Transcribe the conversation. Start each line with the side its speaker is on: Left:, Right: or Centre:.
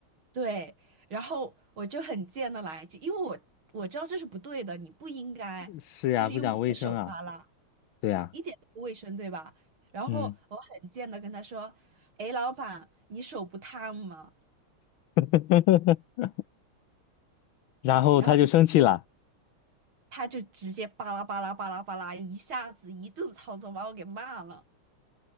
Right: 对，然后我就很贱的来一句，因为我我知道这是不对的，你不应该就是用你的手扒拉，
Left: 是呀，不讲卫生啊，对呀，
Right: 一点都不卫生，对吧？然后我很贱的跟他说：
Left: 嗯，
Right: “哎，老板，你手不烫吗？”
Left: <laughs> 然后他就生气了，
Right: 然后他就直接巴拉巴拉巴拉巴拉，一下子一顿操作把我给骂了，